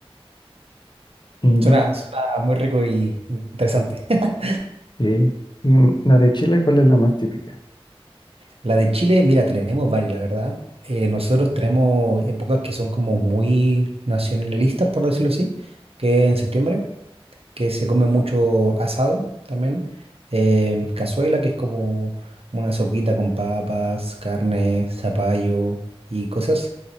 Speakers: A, on the left; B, on the right.
A: Y,
B: Suena,
A: ma-
B: suena muy rico y interesante. <laughs>
A: eh, y mm, la de Chile, ¿cuál es la más típica?
B: La de Chile, mira, tenemos varias, la verdad. Eh, nosotros tenemos épocas que son como muy nacionalistas, por decirlo así, que en septiembre. que se come mucho asado también. eh, cazuela, que es como una sopita con papas, carne, zapallo y cosas.